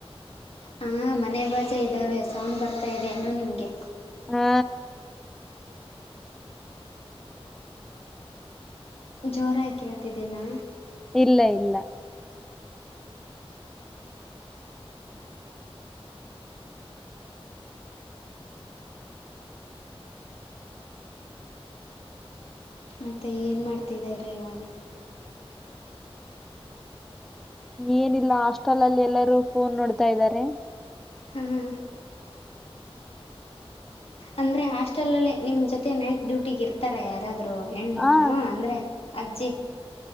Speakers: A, on the left; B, in the centre.
A: ಹಾ ಮನೆ ಬಾಜು ಇದ್ದಾವೆ ಸೌಂಡ್ ಬರ್ತಾ ಇದೆ ಏನೋ ನಿಮಗೆ
B: ಹಾ
A: ಜೋರಾಗ ಕೇಳ್ತಿದ್ದೇನಾ
B: ಇಲ್ಲ ಇಲ್ಲ
A: ಮತ್ತೆ ಏನ ಮಾಡ್ತಿದ್ದೀರ ಇವಾಗ
B: ಏನಿಲ್ಲ ಹಾಸ್ಟೆಲ್ ಅಲ್ಲಿ ಎಲ್ಲರೂ ಫೋನ್ ನೋಡ್ತಾ ಇದ್ದಾರೆ
A: ಹಾ ಹ ಅಂದರೆ ಹಾಸ್ಟೆಲಲ್ಲಿ ನಿಮ್ಮ ಜೊತೆ ನೈಟ್ ಡ್ಯೂಟಿಗಿರ ಇರತ್ತಾರ ಯಾರಾದ್ರು ಹೆಣ್ಮಕ್ಳು
B: ಹ
A: ಅಂದ್ರೆ ಅಜ್ಜಿ